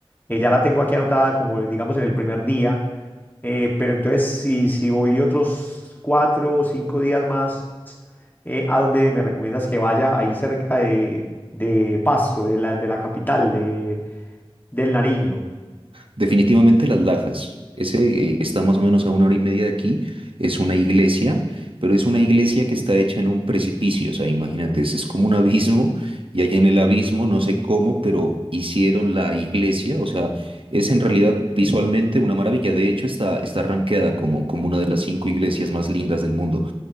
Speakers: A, on the left (about 20°); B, on the right (about 65°).
A: eh, ya la tengo aquí anotada como, digamos, en el primer día. eh, pero entonces, si, si voy otros cuatro o cinco días más, eh, ¿a dónde me recomiendas que vaya? Ahí cerca de, de Pasto, de la, de la capital, de, del Nariño.
B: Definitivamente Las Lajas. Ese eh, está más o menos a una hora y media de aquí. Es una iglesia, pero es una iglesia que está hecha en un precipicio. O sea, imagínate, es, es como un abismo y allá en el abismo, no sé cómo, pero hicieron la iglesia. O sea, es en realidad visualmente una maravilla. De hecho, está, está rankeada como, como una de las cinco iglesias más lindas del mundo.